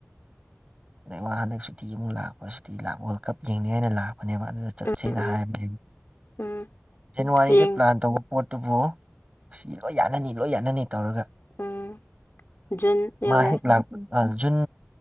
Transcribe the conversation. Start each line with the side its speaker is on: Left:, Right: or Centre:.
Right: ꯑ ꯃꯥ ꯍꯟꯗꯛ ꯁꯨꯇꯤ ꯑꯃꯨꯛ ꯂꯥꯛꯄ ꯁꯨꯇꯤ ꯂꯥꯛꯄ ꯋꯥꯔꯜ ꯀꯞ ꯌꯦꯡꯅꯤ ꯍꯥꯏꯅ ꯂꯥꯛꯄꯅꯦꯕ ꯑꯗꯨꯗ ꯆꯠꯁꯦꯅ
Left: ꯎꯝ ꯎꯝ
Right: ꯍꯥꯏꯕꯅꯦ
Left: ꯎꯝ
Right: ꯖꯅꯋꯥꯔꯤꯗ
Left: ꯍꯌꯦꯡ
Right: ꯄ꯭ꯂꯥꯟ ꯇꯧꯕ ꯄꯣꯠꯇꯨꯕꯨ ꯁꯤ ꯂꯣꯏ ꯌꯥꯅꯅꯤ ꯂꯣꯏ ꯌꯥꯅꯅꯤ ꯇꯧꯔꯒ
Left: ꯎꯝ ꯖꯨꯟ
Right: ꯃꯥꯍꯦꯛ
Left: ꯌꯧꯔꯦ
Right: ꯂꯥꯛꯄ ꯖꯨꯟ